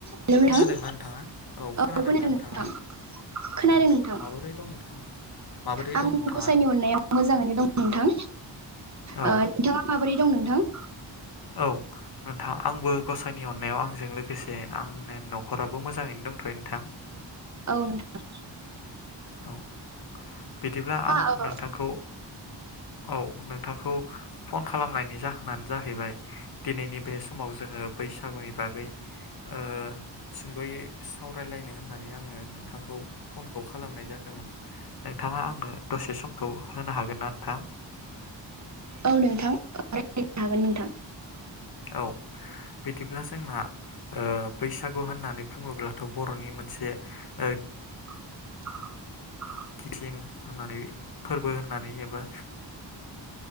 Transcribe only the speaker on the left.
खोनादोंना नोंथाङा?
खोनादोंना
नोंथाङा?
औ
माबोरै दं नोंथाङा? माबोरै
दं नोंथाङा?
औ
औ आंबो गसाइनि अननायाव आंजों लोगो <unintelligible> लोगोसे आंनि न खराबो मोजाङैनो दंथयो नोंथां।
औ बिदिब्ला आं
नोंथांखौ औ नोंथांखौ फन खालामनायनि जाहोनानो जाहैबाय दिनैनि बे समाव जोङो बैसागुनि बागै ओ सुंदयै सावरायलायनो होननानै आअंङो नोंथांखौ फनखौ खालामनाय जादोंमोन नोंथांङा आंनो दसे समखौ होनो हागोन ना नोंथां?
औ बिदिब्ला जोंना बैसागु होननानै बुङोब्ला थ बरनि मोनसे बे ओ
किथिन होननानै फोरबो होननानै एबा